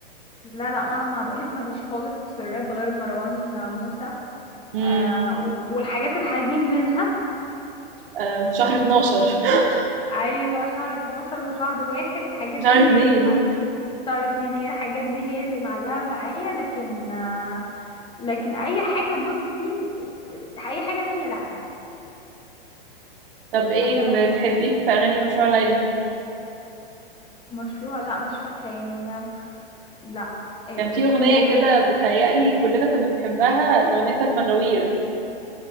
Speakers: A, on the left (about 15°); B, on the right (about 65°).
A: لا لا ما انا ما بقولك ماليش خالص في الراب غير مروان موسى
B: امم
A: آه و- والحاجات الحزين منها <laughs>
B: آه شهر 12 <laughs>
A: ايوه شهر 12 وشهر واحد الحاجات
B: شهر
A: دي
B: 2
A: هي اللي معايا شهر اتنين هي الحاجات دي هي اللي معلقة معايا لكن آه، لكن اي حاجة بصي اي حاجة تانية لا
B: طب ايه
A: احنا محتاج
B: بتحبيه في اغاني مشروع ليلى
A: مشروع لا مش فاكرة يعني لا أي-
B: كان في اغنيه
A: قولي لون
B: كده بتهيألي كلنا كنا بنحبها الاغنيه بتاعت مغاوير